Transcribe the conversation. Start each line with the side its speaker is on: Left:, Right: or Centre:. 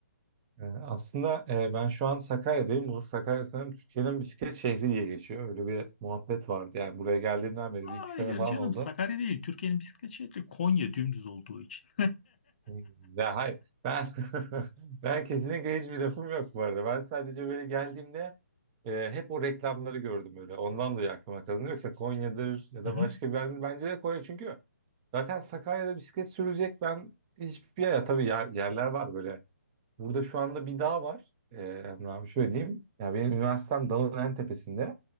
Right: Ee, aslında e, ben şu an Sakarya'dayım. Bu Sakarya sanırım Türkiye'nin bisiklet şehri diye geçiyor. Öyle bir muhabbet vardı. Yani buraya geldiğimden beri
Left: Hayır
Right: bir iki sene falan
Left: canım
Right: oldu.
Left: Sakarya değil. Türkiye'nin bisiklet şehri Konya dümdüz olduğu için.
Right: Hmm, Ya hayır. Ben <laughs> ben kesinlikle hiçbir lafım yok bu arada. Ben sadece böyle geldiğimde E, hep o reklamları gördüm öyle. Ondan dolayı aklıma kazındı. Yoksa Konya'dır ya da
Left: Hı hı.
Right: başka bir yerdir. Bence de Konya çünkü zaten Sakarya'da bisiklet sürecek ben hiçbir yer. Tabii yer- yerler var böyle. Burada şu anda bir dağ var. E, Emre abi şöyle diyeyim. Ya benim üniversitem dağın en tepesinde.